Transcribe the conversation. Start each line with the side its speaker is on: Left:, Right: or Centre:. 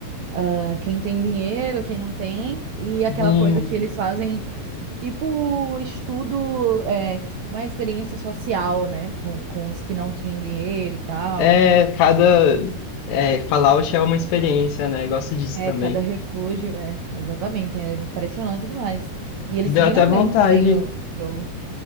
Right: ah, quem tem dinheiro, quem não tem, e aquela
Left: Hum,
Right: coisa que eles fazem, tipo estudo, é, como é experiência social, né? Com, com os que não tinham dinheiro e tal.
Left: é, cada. É, Fallout é uma experiência, né? Eu gosto disso
Right: É,
Left: também.
Right: cada refúgio, é, exatamente, é impressionante demais. E eles
Left: Deu
Right: seguiram
Left: até vontade.
Right: bem também o jogo.